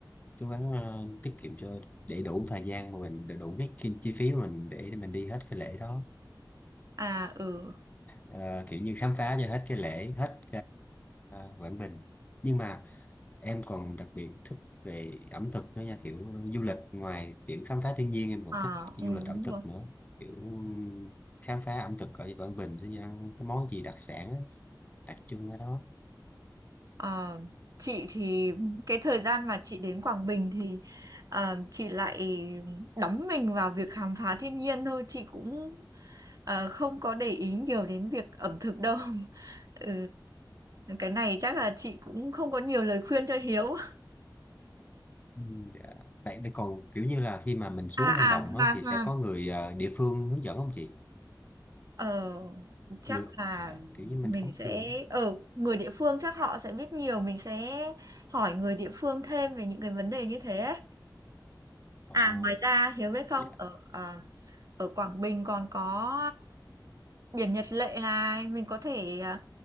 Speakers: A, on the left; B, on the right.
A: cố gắng ờ, tiết kiệm cho để đủ thời gian mà mình để đủ cái chi, chi phí mà mình để mình đi hết cái lễ đó.
B: à ừ
A: Ờ, kiểu như khám phá cho hết cái lễ, hết uh, Quảng Bình. Nhưng mà em còn đặc biệt thích về ẩm thực nữa nha kiểu du lịch ngoài kiểu khám phá thiên nhiên em còn
B: à
A: thích du
B: ừ
A: lịch ẩm
B: đúng
A: thực
B: rồi
A: nữa kiểu khám phá ẩm thực ở Quảng Bình sẽ như ăn cái món gì đặc sản á, đặc trưng ở đó
B: à, chị thì cái thời gian mà chị đến Quảng Bình thì à, chị lại đắm mình vào việc khám phá thiên nhiên thôi chị cũng à, không có để ý nhiều đến việc ẩm thực đâu <laughs> ừ cái này chắc là chị cũng không có nhiều lời khuyên cho Hiếu
A: Ừ. Dạ. vậy vậy còn kiểu như là khi mà mình xuống
B: à
A: hang
B: à
A: động
B: mà
A: á, thì sẽ
B: mà
A: có người ờ, địa phương hướng dẫn không chị
B: Ờ, chắc
A: người
B: là
A: dạ, kiểu như mình
B: mình
A: không biết
B: sẽ
A: đường
B: ở người địa phương chắc họ sẽ biết nhiều mình sẽ hỏi người địa phương thêm về những cái vấn đề như thế ấy.
A: ờ
B: À ngoài ra Hiếu biết không
A: dạ.
B: ở ờ, ở Quảng Bình còn có biển Nhật Lệ là mình có thể ờ,